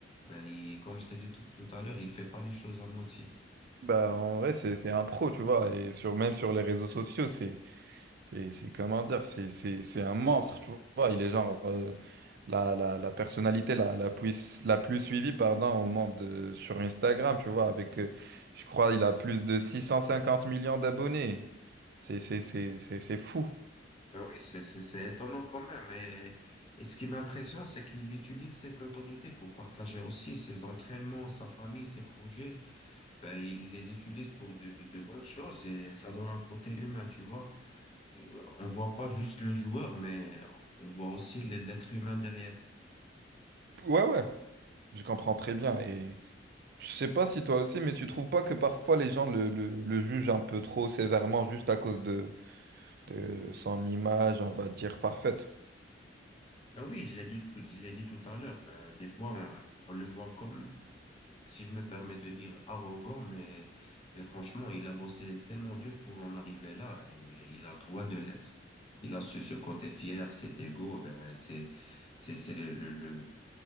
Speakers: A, on the left (about 30°); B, on the right (about 55°).
A: Ben, il- comme je t'ai dit tout, tout à l'heure, il fait pas les choses à moitié.
B: Bah, en vrai, c'est c'est un pro, tu vois. Et sur, même sur les réseaux sociaux, c'est, c'est, c'est- comment dire, c'est c'est- c'est un monstre, tu vois. Il est genre euh, la, la, la personnalité la, la, plus, la plus suivie, pardon, au monde euh, sur Instagram, tu vois. Avec, euh, je crois, il a plus de 650 millions d'abonnés. C'est c'est- c'est- c'est- c'est fou.
A: Ben oui, c'est, c'est, c'est étonnant quand même. Et, et ce qui m'impressionne, c'est qu'il utilise cette notoriété pour partager aussi ses entraînements, sa famille, ses projets. Ben, il les utilise pour de, de, de bonnes choses et ça donne un côté humain, tu vois. On voit pas juste le joueur, mais on voit aussi l- l'être humain derrière.
B: Ouais, ouais, je comprends très bien. Et Je sais pas si toi aussi, mais tu trouves pas que parfois les gens le, le, le jugent un peu trop sévèrement juste à cause de, de son image, on va dire, parfaite.
A: Ben oui, je l'ai dit, je l'ai dit tout à l'heure, ben, des fois, on, on le voit comme, si je me permets de dire, arrogant, mais, mais franchement, il a bossé tellement dur pour en arriver là et il a le droit de l'être. Il a ce, ce côté fier, cet ego, ben, c'est, c'est, c'est le, le, le-